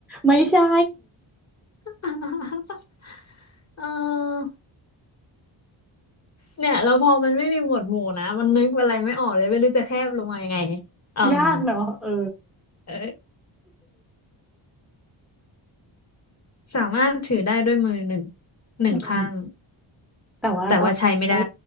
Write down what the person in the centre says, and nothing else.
ไม่ใช่
ยากเนาะเออ
อืมแต่ว่าต้องใช้